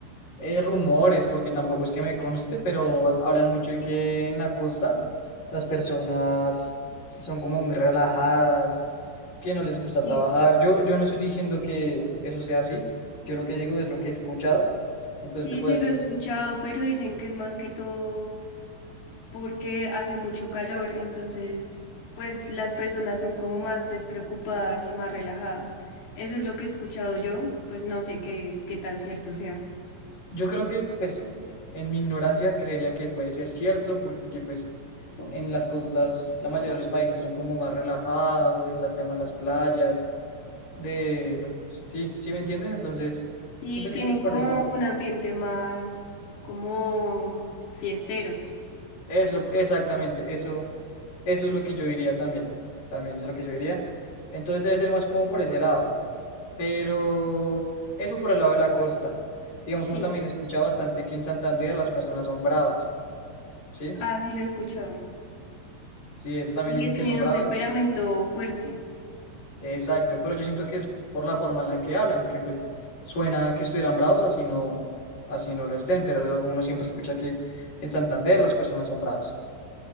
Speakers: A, on the left (about 50°); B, on the left (about 80°).
A: eh, rumores, porque tampoco es que me conste, pero hablan mucho de que en la costa las personas son como muy relajadas, que no les gusta
B: Sí,
A: trabajar. Yo, yo no estoy diciendo que eso sea así, yo lo que digo es lo que he escuchado, entonces
B: sí,
A: te puedo
B: sí
A: decir
B: lo he escuchado,
A: que-
B: pero dicen
A: sí.
B: que es más que todo porque hace mucho calor, entonces pues las personas son como más despreocupadas y más relajadas. Eso es lo que he escuchado yo, pues no sé qué, qué tan cierto sea.
A: Yo creo que, pues, en mi ignorancia creería que puede ser cierto, porque, pues, en las costas la mayoría de los países son como más relajados, el tema de las playas de, pues, sí, sí me entiendes, entonces
B: Sí,
A: siento que
B: tienen
A: pues por
B: como
A: eso,
B: un ambiente más como fiesteros.
A: eso, exactamente, eso, eso es lo que yo diría también, también es lo que yo diría, entonces debe ser más como por ese lado, pero eso por el lado de la costa, digamos,
B: Sí,
A: uno también escucha bastante que en Santander las personas son bravas, ¿sí?
B: ah, sí lo he escuchado.
A: Sí, eso también
B: Y
A: dicen
B: que tienen
A: que son bravas.
B: un temperamento fuerte.
A: Exacto, pero yo siento que es por la forma en la que hablan, que pues suena que estuvieran bravos, así no, así no lo estén, pero eso uno siempre escucha que en Santander las personas son bravas,